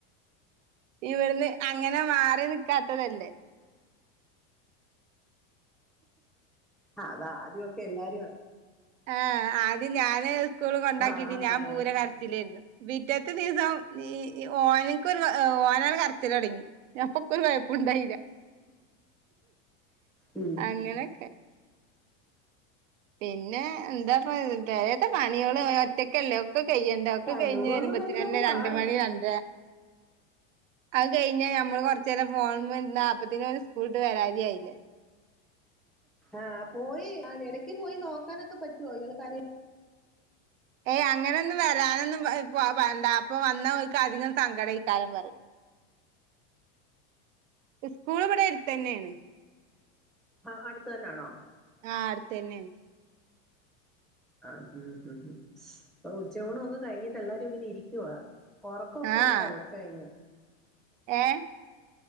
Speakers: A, on the right; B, in the centre.
A: ഇവിടുന്ന് അങ്ങനെ മാറി നിക്കാത്തതല്ലേ
B: ആ അതാദ്യൊക്കെ എല്ലാരു
A: ആ ആദ്യം ഞാന് സ്കൂള് കൊണ്ടാക്കിട്ട്
B: ആഹ് ആന്നാന്നാന്ന്
A: ഞാൻ പൂരെ കരച്ചിലായിരുന്നു പിറ്റത്തെ ദിവസം ഈ ഓന്ക്ക് ഒരു ഓനാണ് കരച്ചില് തൊടങ്ങി അപ്പൊ ഇൻക്ക് ഒരു ഉണ്ടായില്ല
B: ഉം
A: അങ്ങനൊക്കെ പിന്നെ എന്താ ഇപ്പോ പെരേത്തെ പണി പണിയോള് ഒറ്റക്കല്ലേ ഒക്കെ കഴിയണ്ടേ ഒക്കെ
B: രണ്ട്
A: കഴിഞ്ഞ്
B: മൂന്ന് ദിവസം
A: വരുമ്പോത്തന്നെ
B: കഴിയുമ്പോ അങ്ങ്
A: രണ്ട്
B: മാറും
A: മണി രണ്ടര അത് കഴിഞ്ഞാ ഞമ്മള് കൊറച്ചേരം ഫോണ് മ്മേ ഇരുന്നാ അപ്പത്തേനും ഓര് സ്കൂള് വിട്ട് വരാതി ആയില്ലേ
B: ആഹ് പോയി ഇടക്ക് പോയി നോക്കാനൊക്കെ പറ്റുവോ ഇയാള് കരയുമ്പോ
A: ഏയ് അങ്ങനെയൊന്നും വരാനൊന്നും പ് വ വേണ്ട അപ്പൊ വന്നാ ഓലിക്ക് അധികം സങ്കടം <unintelligible> പറയും സ്കൂൾ ഇവിടെ എടുത്ത തന്നെയാണ്
B: ആഹ് അടുത്ത തന്നാണോ
A: ആഹ് അടുത്തന്നെ
B: ആഹ് ഉം പ്പൊ ഉച്ചോണ ഒക്കെ കഴിഞ്ഞിട്ട് എല്ലാരും ഇങ്ങനെ ഇരിക്കുവാ ഉറക്കൊക്കെ
A: ആഹ്
B: ഉണ്ടോ ഉച്ച കഴിഞ്ഞ്
A: ഏഹ്